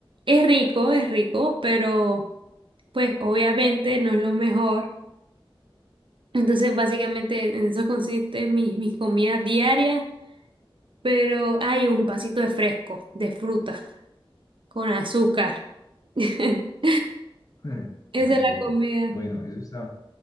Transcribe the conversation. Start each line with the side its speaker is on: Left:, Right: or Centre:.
Right: Es rico, es rico, pero pues obviamente no es lo mejor. Entonces, básicamente en eso consiste mi- mis comidas diarias pero hay un vasito de fresco, de fruta, con azúcar. <laughs>
Left: <laughs>
Right: Esa
Left: muy
Right: es la
Left: rico.
Right: comida.
Left: Bueno, eso está.